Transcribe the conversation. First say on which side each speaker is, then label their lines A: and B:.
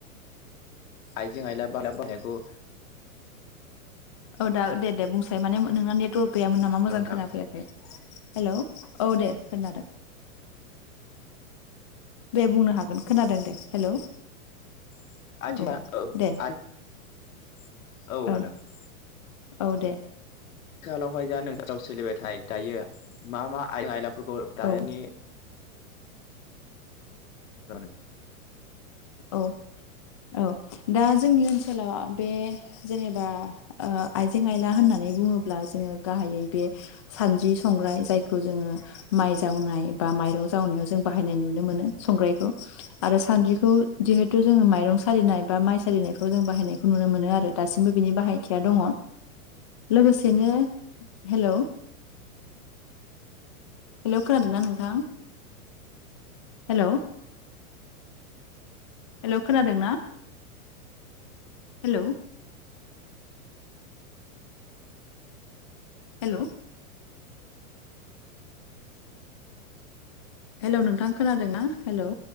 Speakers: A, on the left; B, on the left.
A: आइजें-आइला बारा बाहायनायखौ <inaudible>
B: औ दा दे दे बुंसाय माने नोंना नेटवर्क गैयामोन नामा
A: हेलौ
B: मोजां
A: नोंथां
B: खोनाफैयाखै हेल' औ दे खोनादों। दे बुंनो हागोन खोनादों दे हेलौ
A: <inaudible>
B: औ दे
A: औ खोनादों
B: ओं औ दे
A: आथिखालावहाय जा <unintelligible> सोलिबाय थायो दायो मा मा आयजें आयलाफोरखौ दानि
B: औ
A: <unintelligible> <unintelligible>
B: औ। औ दा जोंनि ओनसोलाव बे जेनेबा ओ आइजें-आइला होननानै बुङोब्ला जोङो गाहायै बे सानद्रि-संग्राइ जायखौ जोङो माइ जावनाय बा माइरं जावनायाव जों बाहायनाय नुनो मोनो संग्रायखौ आरो सान्द्रिखौ जिहेथु जोङो माइरं सालिनाय बा माइ सालिनायफ्राव जों बाहायनायखौ नुनो मोनो आरो दासिमबो बिनि बाहायथिया दङ। लोगोसेनो हेल'! हेल' खोनादोंना नोंथां हेल'! हेल' खोनादों ना? हेल'! हेल'! हेलौ नोंथां खोनादोंना हेलौ